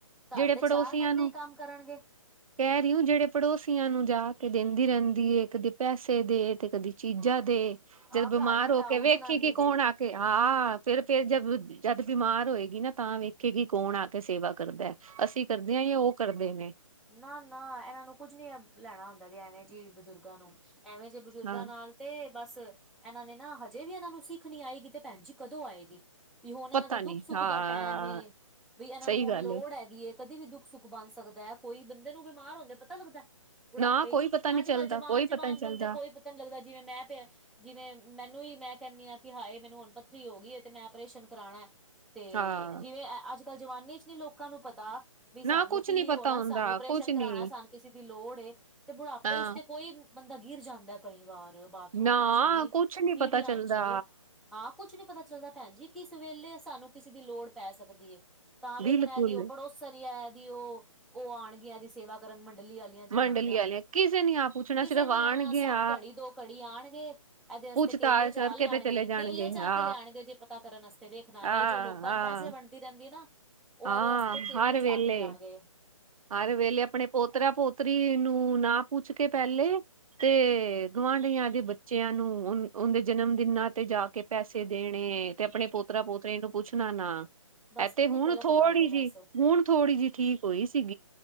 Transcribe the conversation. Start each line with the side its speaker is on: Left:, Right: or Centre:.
Centre: ਘਰ
Right: ਜਿਹੜੇ
Centre: ਦੇ
Right: ਪੜੋਸੀਆਂ
Centre: ਚਾਰ ਬੰਦੇ
Right: ਨੂੰ
Centre: ਈ ਕੰਮ ਕਰਨਗੇ।
Right: ਕਹਿ ਰਹੀਓ ਜਿਹੜੇ ਪੜੋਸੀਆਂ ਨੂੰ ਜਾ ਕੇ ਦਿੰਦੀ ਰਹਿੰਦੀ ਏ ਕਦੇ ਪੈਸੇ ਦੇ ਤੇ ਕਦੀ ਚੀਜ਼ਾਂ ਦੇ ਜਦ
Centre: ਆਹ
Right: ਬਿਮਾਰ
Centre: ਘਰ ਘਟਾਊ
Right: ਹੋ ਕੇ ਵੇਖੀ
Centre: ਜਨਾਨੀ
Right: ਕਿ ਕੌਣ
Centre: ਜੇ
Right: ਆ ਕੇ ਆਹ ਫਿਰ ਫਿਰ ਜਦ ਜਦ ਬਿਮਾਰ ਹੋਏਗੀ ਨਾ ਤਾਂ ਵੇਖੇਗੀ ਕੌਣ ਆ ਕੇ ਸੇਵਾ ਕਰਦਾ। ਅਸੀਂ ਕਰਦੇ ਹਾਂ ਜਾਂ ਉਹ ਕਰਦੇ ਨੇ
Centre: ਨਾ ਨਾ ਇਹਨਾਂ ਨੂੰ ਕੁੱਝ ਨੀ ਲੈਣਾ ਹੁੰਦਾ ਜੇ ਐਵੇਂ ਜੀ ਬਜ਼ੁਰਗਾਂ ਨੂੰ ਐਵੇਂ ਜੇ ਬਜ਼ੁਰਗਾਂ
Right: ਹਾਂ
Centre: ਨਾਲ ਤੇ ਬਸ ਇਹਨਾਂ ਨੇ ਨਾ ਹਜੇ ਵੀ ਇਹਨਾਂ ਨੂੰ ਸਿੱਖਣੀ ਆਏਗੀ ਤੇ ਭੈਣ ਜੀ ਕਦੋਂ ਆਏਗੀ? ਵੀ ਹੁਣ
Right: ਪਤਾ
Centre: ਇਹਨਾਂ ਦਾ
Right: ਨੀ
Centre: ਦੁੱਖ ਸੁੱਖ
Right: ਹਾਂ
Centre: ਦਾ ਟੈਮ ਏ ਬ ਇਹਨਾਂ
Right: ਸਹੀ
Centre: ਨੂੰ ਹੁਣ
Right: ਗੱਲ
Centre: ਲੋੜ
Right: ਏ
Centre: ਹੈਗੀ। ਕਦੀ ਵੀ ਦੁੱਖ ਸੁੱਖ ਬਣ ਸਕਦਾ ਹੈ ਕੋਈ ਬੰਦੇ ਨੂੰ ਬਿਮਾਰ ਹੁੰਦੇ ਪਤਾ ਲੱਗਦਾ ਬੁਢਾਪੇ
Right: ਨਾ ਕੋਈ
Centre: ਚ
Right: ਪਤਾ ਨੀ
Centre: ਅੱਜ
Right: ਚੱਲਦਾ
Centre: ਕੱਲ੍ਹ ਜਵਾਨ
Right: ਕੋਈ
Centre: ਜਵਾਨ
Right: ਪਤਾ ਨੀ ਚੱਲਦਾ
Centre: ਬੰਦੇ ਕੋਈ ਪਤਾ ਨੀ ਲੱਗਦਾ ਜਿਵੇਂ ਮੈਂ ਤੇ ਇਹ ਜਿਵੇਂ ਮੈਨੂੰ ਹੀ ਮੈਂ ਕਹਿੰਦੀ ਹਾਂ ਕਿ ਹਾਏ ਮੈਨੂੰ ਹੁਣ ਪੱਥਰੀ ਹੋ ਗਈ ਹੈ ਤੇ ਮੈਂ ਆਪਰੇਸ਼ਨ ਕਰਾਉਣਾ। ਤੇ
Right: ਹਾਂ
Centre: ਜਿਵੇਂ ਅੱਜ ਕੱਲ ਜਵਾਨੀ ਚ ਨੀ ਲੋਕਾਂ ਨੂੰ ਪਤਾ ਵੀ ਸਾਨੂੰ
Right: ਨਾ ਕੁਛ
Centre: ਕੀ
Right: ਨੀ ਪਤਾ
Centre: ਉਹ ਨਾ
Right: ਹੁੰਦਾ
Centre: ਸਾਨੂੰ ਓਪਰੇਸ਼ਨ
Right: ਕੁਛ
Centre: ਕਰਾਉਣਾ
Right: ਨੀ
Centre: ਸਾਨੂੰ ਕਿਸੀ ਦੀ ਲੋੜ ਏ ਤੇ ਬੁਢਾਪੇ
Right: ਹਾਂ
Centre: ਚ ਤੇ ਕੋਈ ਬੰਦਾ ਗਿਰ ਜਾਂਦਾ ਕਈ ਵਾਰ ਬਾਥਰੂਮ
Right: ਨਾ
Centre: ਵਿੱਚ ਹੀ,
Right: ਕੁਛ ਨੀ
Centre: ਸੀੜੀਆਂ
Right: ਪਤਾ ਚੱਲਦਾ
Centre: ਵਿਚ, ਹਾਂ ਕੁਛ ਨੀ ਪਤਾ ਚੱਲਦਾ ਭੈਣ ਜੀ ਕਿਸ ਵੇਲੇ ਸਾਨੂੰ ਕਿਸੇ ਦੀ ਲੋੜ ਪੈ ਸਕਦੀ ਹੈ, ਤਾਂ ਵੇਖਣਾ
Right: ਬਿਲਕੁਲ
Centre: ਬੀ ਓ ਪੜੋ ਇਹਦੀ ਉਹ ਉਹ ਆਉਣਗੇ ਇਹਦੀ ਸੇਵਾ ਕਰਨ ਮੰਡਲੀ ਵਾਲੀ ਜਨਾਨੀਆਂ,
Right: ਮੰਡਲੀ ਆਲੇ ਕਿਸੇ ਨੇ ਆ ਪੁੱਛਣਾ
Centre: ਕਿਸੇ
Right: ਸਿਰਫ
Centre: ਨੀ
Right: ਆਣਗੇ
Centre: ਆਉਣਾ ਸਭ
Right: ਆ
Centre: ਘੜੀ ਦੋ ਘੜੀ ਆਉਣਗੇ, ਇਹਦੇ ਵਾਸਤੇ
Right: ਪੁੱਛਤਾਛ
Centre: ਕੇਲੇ ਚਾਹ
Right: ਕਰਕੇ
Centre: ਲਿਆਣਗੇ
Right: ਤੇ ਚਲੇ
Centre: ਜੇ
Right: ਜਾਣਗੇ
Centre: ਕੇਲੇ ਚਾਹ
Right: ਆ
Centre: ਕੇ ਲਿਆਉਣਗੇ ਜੇ ਪਤਾ ਕਰਨ ਵਾਸਤੇ ਵੇਖਣਾ ਇਹ
Right: ਆ
Centre: ਜੋ ਲੋਕਾਂ ਨੂੰ
Right: ਆ
Centre: ਪੈਸੇ ਵੰਡ ਦੀ ਰਹਿੰਦੀ ਨਾ ਉਹ
Right: ਹਾਂ
Centre: ਇਹਦੇ ਵਾਸਤੇ ਕੇਲੇ
Right: ਹਰ
Centre: ਚਾ
Right: ਵੇਲੇ
Centre: ਕੇ ਲਿਆਉਣਗੇ।
Right: ਹਰ ਵੇਲੇ ਆਪਣੇ ਪੋਤਰਾ ਪੋਤਰੀ ਨੂੰ ਨਾ ਪੁੱਛ ਕੇ ਪਹਿਲੇ ਤੇ ਗੁਆਂਢੀਆਂ ਦੇ ਬੱਚਿਆਂ ਨੂੰ ਓਹਦੇ ਜਨਮ ਦਿਨਾਂ ਤੇ ਜਾ ਕੇ ਪੈਸੇ ਦੇਣੇ ਤੇ ਆਪਣੇ ਪੋਤਰਾ
Centre: ਦੇਖ
Right: ਪੋਤਰੀ ਨੂੰ ਪੁੱਛਣਾ ਨਾ।
Centre: ਦੱਸ
Right: ਇ
Centre: ਕਿੰਨੀ
Right: ਤੇ ਹੁਣ
Centre: ਗ਼ਲਤ
Right: ਥੋੜ੍ਹੀ
Centre: ਗੱਲ ਏ ਵੈਸੇ
Right: ਜੀ ਹੁਣ ਥੋੜੀ ਜਿਹੀ ਠੀਕ ਹੋਈ ਸੀ।